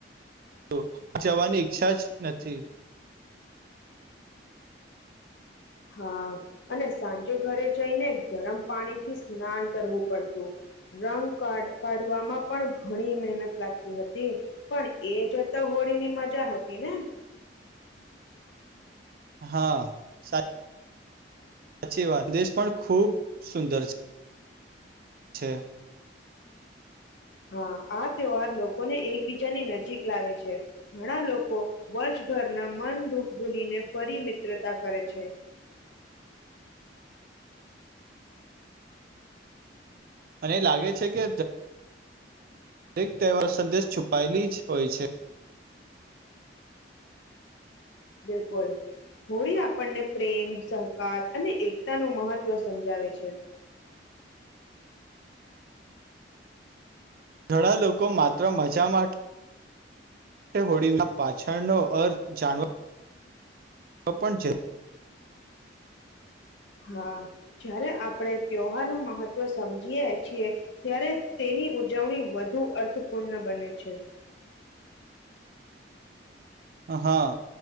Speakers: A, on the right; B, on the left.
A: તો જવાની છા જ નથી.
B: હા અને સાંજે ઘરે જઈને ગરમ પાણી થી સ્નાન કરવું પડતું રંગા કાઢવામાં પણ ઘણી મહેનત લાગતી હતી પણ એ જતા હોળીની મજા હતી ને
A: હા સાચ સાચી વાત દેશ પણ ખુબ સુંદર છે, છે.
B: હા આ તહેવાર લોકોને એકબીજાની નજીક લાવે છે ઘણા લોકો વર્ષભરના મન દુઃખ ભૂલીને ફરી મિત્રતા કરે છે.
A: મને એ લાગે છે કે એક તહેવાર સંદેશ છુપાયેલી જ હોય છે.
B: બિલકુલ હોળી આપણને પ્રેમ સહકાર અને એકતાનું મહત્વ સમજાવે છે.
A: ઘણા લોકો માત્ર મજા માટે <inaudible> હોળીના પાછળનો અર્થ જાણવા તો પણ છે.
B: હા જ્યારે આપણે ત્યહારનુંું મહત્વ સમજીએ છીએ ત્યારે તેની ઉજવણી વધુ અર્થપૂર્ણ બને છે.
A: હા